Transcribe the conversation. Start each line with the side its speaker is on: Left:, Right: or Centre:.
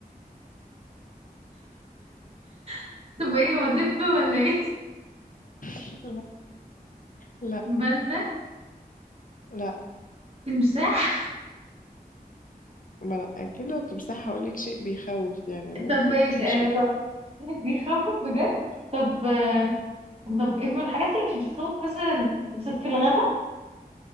Right: <laughs> طب ايه هو دبة ولا ايه
Left: <laughs> لا لا
Right: باندا
Left: لا
Right: تمساح
Left: ما أنا أكيد لو تمساح هقولك شيء بيخوف يعني
Right: طب
Left: لو
Right: ماشي
Left: قلتلك مش
Right: ايوه
Left: بيخوف
Right: صح <laughs> بيخوف بجد طب آه، طب ايه من الحاجات اللي مش بتخوف مثلا بس في الغابة